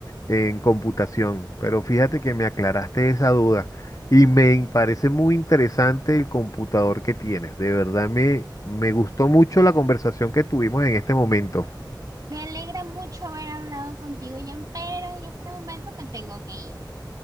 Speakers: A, on the left; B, on the right.
A: en computación, pero fíjate que me aclaraste esa duda y me parece muy interesante el computador que tienes. De verdad me, me gustó mucho la conversación que tuvimos en este momento.
B: Me alegra mucho haber hablado contigo, Jan, pero en este momento me tengo que ir.